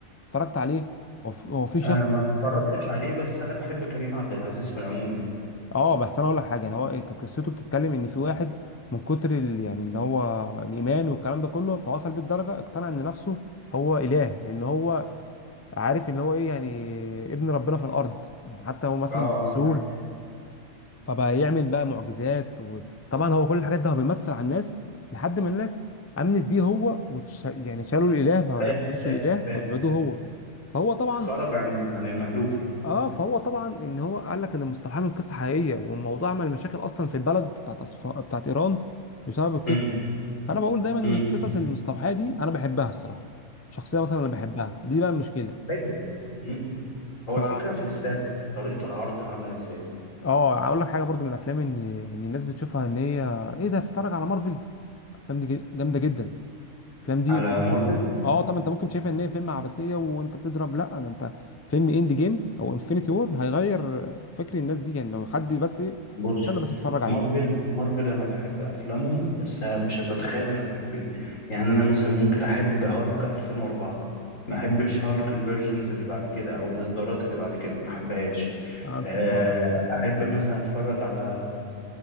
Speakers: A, on the left; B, on the left.
A: اتفرجت عليه هو في هو في شخص
B: انا ما اتفرجتش عليه بس انا بحب كريم عبد العزيز في العموم يعني
A: اه بس انا اقول لك حاجه يعني هو إيه، كانت قصته بتتكلم ان في واحد من كتر ال... يعني ان هو الايمان والكلام ده كله فوصل بالدرجه اقتنع ان نفسه هو اله ان هو عارف ان هو ايه يعني ابن ربنا في الارض يعني حتى هو مثلا
B: اه اه
A: مش مسؤول
B: فاهم
A: فبقى يعمل بقى معجزات وطبعا هو كل الحاجات ده هو بيمثل على الناس لحد ما الناس امنت بيه هو وتش... يعني شالوا الاله ما
B: فاهم
A: يعبدوش
B: فاهم
A: الاله
B: فاهم
A: ويعبدوه هو فهو طبعا
B: خرج عن ال- عن المألوف يعني
A: اه فهو طبعا ان هو قال لك ان مستوحاه من قصه حقيقيه والموضوع عمل مشاكل اصلا في البلد بتاعت أصفا... بتاعت ايران بسبب القصه
B: امم
A: فانا بقول دايما ان
B: امم
A: القصص المستوحاه دي انا بحبها الصراحه شخصيه مثلا انا بحبها دي بقى المشكله
B: حلو امم
A: ف
B: هو الفكرة في السرد في طريقة العرض عاملة ازاي
A: اه هقول لك حاجه برضو من الافلام ان ان الناس بتشوفها ان هي ايه ده بتتفرج على مارفل الافلام دي جامده جدا الافلام دي
B: على
A: انت ممكن
B: مارفل
A: اه طب انت ممكن شايفها ان هي فيلم عبثيه وانت بتضرب لا ده انت فيلم اند جيم او انفينيتي وور هيغير فكر الناس دي يعني لو حد بس ايه
B: بص
A: انا بس اتفرج عليه
B: مارفل مارفل انا بحب افلامهم بس مش هتتخيل انا بحب ايه يعني انا مثلا ممكن احب هالك 2004 ما احبش هالك الفيرجنز اللي بعد كده او الاصدارات اللي بعد كده ما احبهاش
A: فهمتك
B: آه،
A: اه
B: احب مثلا اتفرج على